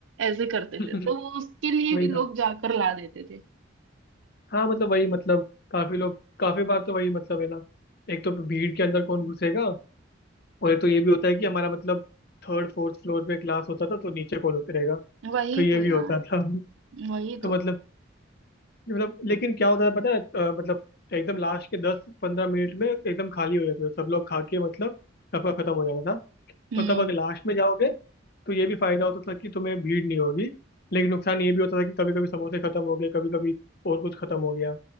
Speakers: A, on the right; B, on the left.
A: ऐसे करते
B: <laughs>
A: थे तो वो उसके लिए
B: वही
A: भी
B: था
A: लोग जाकर ला देते थे
B: हाँ मतलब वही मतलब काफी लोग काफी बार तो वही मतलब है ना एक तो भीड़ के अंदर कौन घुसेगा और एक तो ये भी होता है कि हमारा मतलब थर्ड फोर्थ फ्लोर पे क्लास होता था तो नीचे कौन उतरेगा
A: वही
B: तो ये
A: तो
B: भी
A: यार
B: होता था
A: वही
B: तो
A: तो
B: मतलब मतलब लेकिन क्या होता था पता है अ, मतलब एकदम लास्ट के दस पंद्रह मिनट में एकदम खाली हो जाता था सब लोग खा के मतलब सबका खत्म हो जाता था
A: हम्म
B: तो तब अगर लास्ट में जाओगे तो ये भी फायदा होता था कि तुम्हें भीड़ नहीं होगी लेकिन नुकसान ये भी होता था कि कभी कभी समोसे खत्म हो गए कभी कभी और कुछ खत्म हो गया